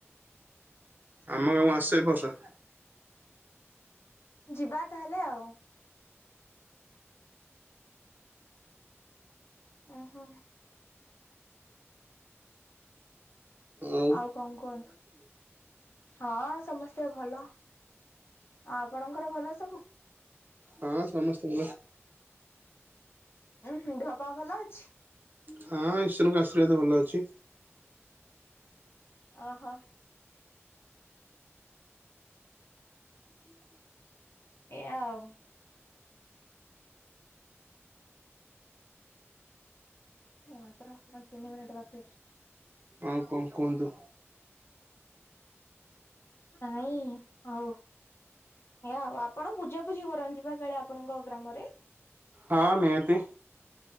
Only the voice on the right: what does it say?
ଆମ ଗାଁକୁ ଆସ ଏ ବର୍ଷ।
ଉଁ
ହଁ ସମସ୍ତେ ଭଲ
ହଁ ଈଶ୍ୱରଙ୍କ ଆଶୀର୍ବାଦ ରୁ ଭଲ ଅଛି।
<inaudible>
ଆଉ କଣ କୁହନ୍ତୁ?
ହଁ ନିଆତି।